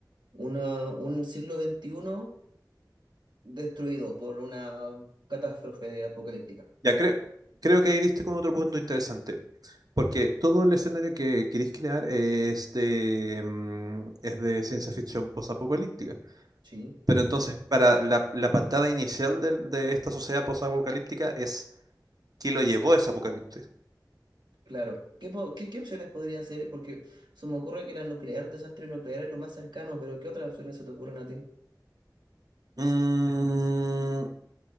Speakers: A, on the right; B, on the right.
A: una- un siglo veintiuno destruido por una catástrofe apocalíptica.
B: Ya creo, creo que ahí diste con otro punto interesante, porque todo el escenario que queréis crear es de, mm, es de ciencia ficción posapocalíptica.
A: Sí,
B: Pero entonces, para la, la patada inicial del- de, esta sociedad posapocalíptica es ¿qué lo llevó a ese apocalipsis?
A: claro. ¿Qué, po- qué, qué opciones podrían ser? Porque se me ocurre que la nuclear, el desastre nuclear es lo más cercano, pero ¿qué otras opciones se te ocurren a ti?
B: Mm,